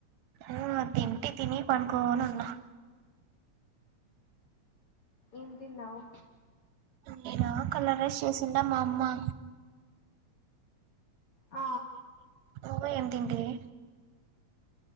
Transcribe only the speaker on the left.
ఎం తినవ్
ఆ